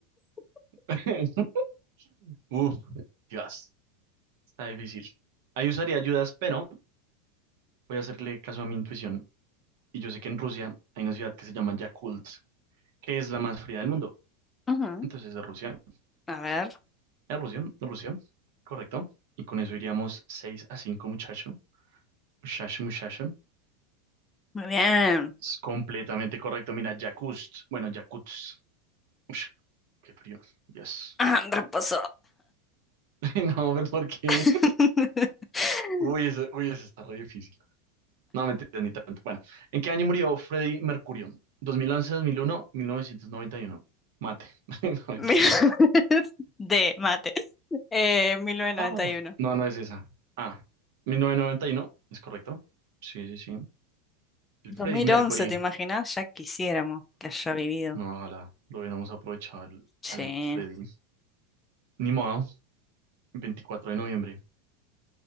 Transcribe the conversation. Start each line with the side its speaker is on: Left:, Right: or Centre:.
Left: <laughs>
Right: <laughs> Uf, Dios, está difícil. Ahí usaría ayudas, pero voy a hacerle caso a mi intuición. Y yo sé que en Rusia hay una ciudad que se llama Yakult, que es la más fría del mundo.
Left: Ujú.
Right: Entonces, de Rusia.
Left: A ver.
Right: a Rusia, a Rusia, correcto. Y con eso iríamos 6 a 5 muchacho. Muchacho, muchacho.
Left: Muy bien.
Right: Es completamente correcto. Mira, Yakutsk. Bueno, Yakutsk. Ush, qué frío. Dios.
Left: Ah, reposo.
Right: <laughs> No, pero ¿por qué?
Left: <laughs>
Right: <laughs> Uy, eso, uy, eso está re difícil. No, me ni tanto. Bueno, ¿en qué año murió Freddie Mercurio? 2011, 2001, 1991. Mate. <laughs> No,
Left: mil- <laughs>
Right: mentiras.
Left: de mate. Eh, mil novecientos noventa
Right: Ah,
Left: y uno.
Right: no, no es esa. Ah, 1991, es correcto. Sí, sí, sí. El
Left: dos
Right: Freddie
Left: mil
Right: Mercury.
Left: once ¿te imaginas? Ya quisiéramos que haya vivido.
Right: No, ojalá lo hubiéramos aprovechado al,
Left: Sí.
Right: al Freddy. Ni modo, 24 de noviembre.